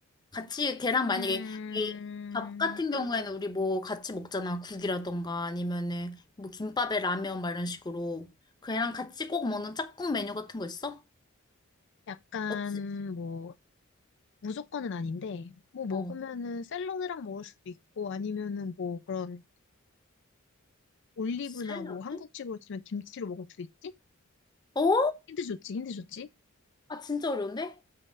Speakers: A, on the left; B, on the left.
A: 같이 걔랑 만약에
B: 음,
A: 이밥 같은 경우에는 우리 뭐 같이 먹잖아. 국이라던가 아니면은 뭐 김밥에 라면 막 이런 식으로 걔랑 같이 꼭 먹는 짝꿍 메뉴 같은 거 있어?
B: 약간
A: 없지?
B: 뭐 무조건은 아닌데 뭐 먹으면은
A: 어.
B: 샐러드랑 먹을 수도 있고 아니면은 뭐 그런 올리브나
A: 샐러드?
B: 뭐 한국식으로 치면 김치로 먹을 수도 있지?
A: 어?
B: 힌트 좋지, 힌트 좋지?
A: 아 진짜 어려운데?